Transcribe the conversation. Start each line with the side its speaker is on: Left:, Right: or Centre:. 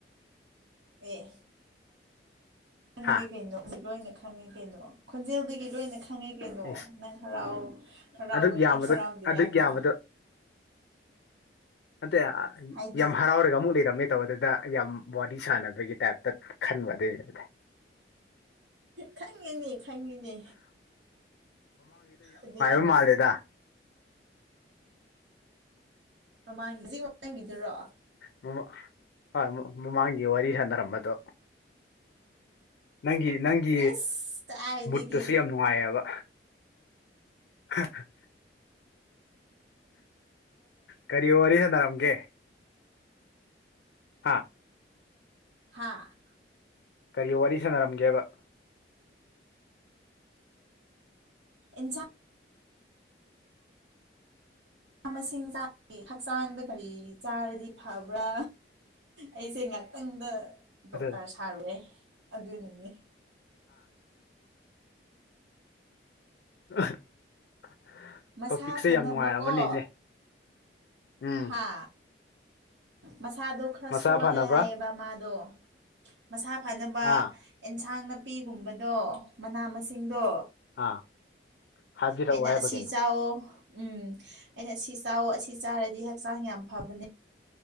Right: ꯑꯦ ꯈꯪꯉ
Left: ꯍꯥ
Right: ꯀꯩꯅꯣ ꯂꯣꯏꯅ ꯈꯪꯉꯤ ꯀꯩꯅꯣ ꯈꯣꯟꯖꯦꯜꯗꯒꯤ ꯂꯣꯏꯅ ꯈꯦ ꯁꯪꯉꯦ ꯀꯩꯅꯣ
Left: ꯏꯁ
Right: ꯅꯪ ꯍꯔꯥꯎ ꯍꯔꯥꯎꯋꯦ
Left: ꯑꯗꯨꯛ ꯌꯥꯝꯕ
Right: ꯍꯔꯥꯎꯗꯦ
Left: ꯑꯗꯨꯛ
Right: ꯍꯥꯏꯕ
Left: ꯌꯥꯝꯕꯗ ꯅꯗꯦ
Right: ꯍꯥꯏꯗꯤ
Left: ꯌꯥꯝ ꯍꯔꯥꯎꯔꯒ ꯑꯃꯨꯛ ꯂꯩꯔꯝꯃꯦ ꯇꯧꯕ ꯑꯗꯨꯗ ꯌꯥꯝ ꯋꯥꯔꯤ ꯁꯥꯟꯅꯕꯒꯤ ꯇꯥꯏꯞꯇ ꯈꯟꯕꯗꯩꯕꯗꯤ
Right: ꯈꯪꯉꯤꯅꯦ ꯈꯪꯉꯤꯅꯦ ꯑꯗꯨꯅꯦꯅꯦ
Left: ꯃꯥꯂꯦꯗ
Right: ꯃꯃꯥꯡꯒꯤꯁꯤ ꯃꯃꯥꯡꯒꯤꯗꯨꯔꯣ
Left: ꯃꯃ ꯍꯣꯏ ꯃꯃꯥꯡꯒꯤ ꯋꯥꯔꯤ ꯁꯥꯟꯅꯔꯝꯕꯗꯣ ꯅꯪꯒꯤ ꯅꯪꯒꯤ
Right: ꯑꯁ ꯀꯥꯏꯗꯒꯤ
Left: ꯃꯨꯠꯇꯨꯁꯨ ꯌꯥꯝ ꯅꯨꯡꯉꯥꯏꯌꯦꯕ ꯍ <unintelligible> <inaudible> ꯀꯔꯤ ꯋꯥꯔꯤ ꯁꯥꯟꯅꯔꯝꯒꯦ ꯍꯥ
Right: ꯍꯥꯥ <unintelligible> <inaudible>
Left: ꯀꯔꯤ ꯋꯥꯔꯤ ꯁꯥꯟꯅꯔꯝꯒꯦꯕ
Right: ꯏꯟꯁꯥꯡ ꯃ ꯃꯁꯤꯡ ꯍꯛꯆꯥꯡꯗ ꯀꯔꯤ ꯆꯥꯔꯗꯤ ꯐꯕ꯭ꯔꯥ ꯑꯩꯁꯦ ꯉ ꯇꯪꯗ ꯗꯣꯛꯇꯔ
Left: ꯑꯗꯨ
Right: ꯁꯥꯔꯨꯔꯦ ꯑꯗꯨꯅꯤꯅꯦ
Left: ꯑ <unintelligible> <inaudible>
Right: ꯃꯁꯥ
Left: ꯇꯣꯄꯤꯛꯁꯦ
Right: ꯐꯅꯕꯀꯣ
Left: ꯌꯥꯝ ꯅꯨꯡꯉꯥꯏꯔꯝꯃꯅꯤꯅꯦ ꯎꯝ
Right: ꯍꯥ ꯃꯁꯥꯗꯣ ꯈꯔ
Left: ꯃꯁꯥ
Right: ꯁꯣꯜꯂꯦ
Left: ꯐꯅꯕ
Right: ꯍꯥꯏꯌꯦꯕ ꯃꯥꯗꯣ ꯃꯁꯥ ꯐꯅꯕ
Left: ꯑꯥ
Right: ꯑꯦꯟꯁꯥꯡꯅ ꯅꯥꯄꯤꯒꯨꯝꯕꯗꯣ ꯃꯅꯥ ꯃꯁꯤꯡꯗꯣ
Left: ꯑꯥ ꯍꯥꯏꯕꯤꯔꯛꯑꯣ
Right: ꯑꯩꯅ
Left: ꯍꯥꯏꯕ
Right: ꯑꯁꯤ
Left: ꯀꯩꯅꯣ
Right: ꯆꯥꯎꯑꯣ ꯎꯝ ꯑꯩꯅ ꯑꯁꯤ ꯆꯥ ꯑꯁꯤ ꯆꯥꯔꯗꯤ ꯍꯛꯆꯥꯡ ꯌꯥꯝ ꯐꯕꯅꯦ